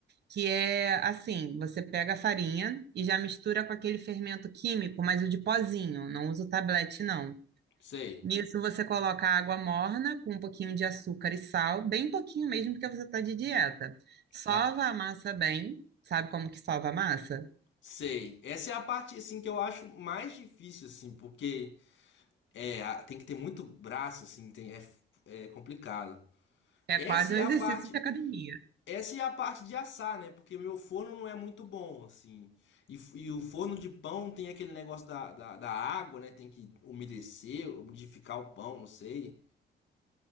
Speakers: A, on the right; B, on the left.
A: Que é assim, você pega a farinha e já mistura com aquele fermento químico, mas o de pozinho, não usa o tablete, não.
B: sei,
A: Nisso você coloca água morna com um pouquinho de açúcar e sal, bem pouquinho mesmo, porque você está de dieta. Sova
B: tá.
A: a massa bem, sabe como que sova a massa?
B: Sei. Essa é a parte assim que eu acho mais difícil assim, porque é, a- tem que ter muito braço assim, tem é, f- é complicado.
A: É
B: Essa
A: quase
B: é
A: um
B: a
A: exercício
B: parte
A: de academia.
B: Essa é a parte de assar, né? Porque meu forno não é muito bom, assim. E, f- e o forno de pão tem aquele negócio da, da, da água, né? Tem que umedecer, umidificar o pão, não sei.